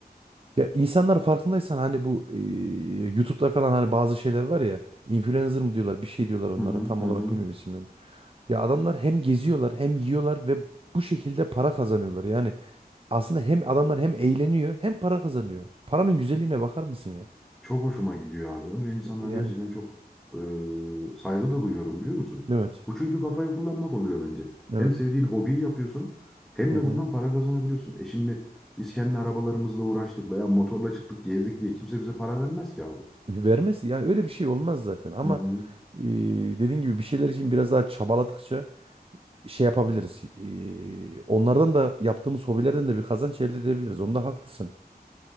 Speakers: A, on the right; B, in the centre.
A: Ya insanlar farkındaysan hani bu eee, YouTube'da falan hani bazı şeyler var ya influencer mı diyorlar bir şey diyorlar onlara
B: Hı hı
A: tam
B: hı
A: olarak
B: hı.
A: bilmiyorum isimlerini. Ya adamlar hem geziyorlar hem yiyorlar ve bu şekilde para kazanıyorlar. Yani aslında hem adamlar hem eğleniyor hem para kazanıyor. Paranın güzelliğine bakar mısın ya?
B: Çok hoşuma gidiyor abi. Öyle insanlar
A: E, Yani
B: gerçekten çok e, saygı da duyuyorum biliyor musun?
A: evet
B: Bu çünkü kafayı kullanmak oluyor bence.
A: evet.
B: Hem sevdiğin hobiyi yapıyorsun hem
A: Hı
B: de
A: hı.
B: bundan para kazanabiliyorsun. E şimdi biz kendi arabalarımızla uğraştık veya motorla çıktık gezdik diye kimse bize para vermez ki abi.
A: E, Vermez yani öyle bir şey olmaz zaten ama
B: Hı hı.
A: eee dediğin gibi bir şeyler için biraz daha çabaladıkça şey yapabiliriz. Eee, onlardan da yaptığımız hobilerden de bir kazanç elde edebiliriz. Onda haklısın.